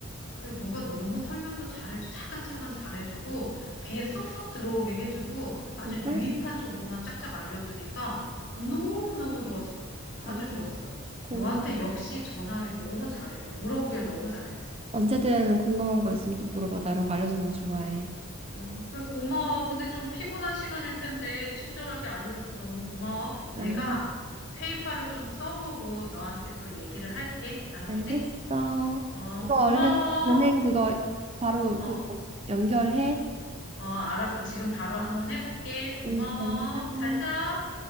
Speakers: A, on the left (about 60°); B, on the right (about 30°).
A: 그래. 너가 너무 설명도 잘해주, 차근차근 잘해주고 귀에 쏙쏙 들어오게 해주고
B: 아,
A: 아주
B: 진짜?
A: 유익한 정보만 짝짝 알려주니까 너무너무 좋았어. 아주
B: 아니야.
A: 좋았어.
B: 고마워.
A: 너한테 역시 전화하길 너무 잘했어. 물어보길 너무 잘했어.
B: 언제든 궁금한 거 있으면 또 물어봐. 나 이런 거 알려주는 거 좋아해.
A: 어, 그래, 고마워. 근데 좀 피곤한 시간일 텐데, 친절하게 알려줘서 너무 고마워.
B: 아니,
A: 내가 페이팔을 좀 써보고 너한테 또 얘기를 할게. 알았지?
B: 알겠어.
A: 어,
B: 그거
A: 고마워.
B: 얼른, 은행 그거 바로
A: 어,
B: 그거 연결해.
A: 어, 알았어. 지금 바로 한번 해볼게. 고마워.
B: 음, 안녕.
A: 잘 자.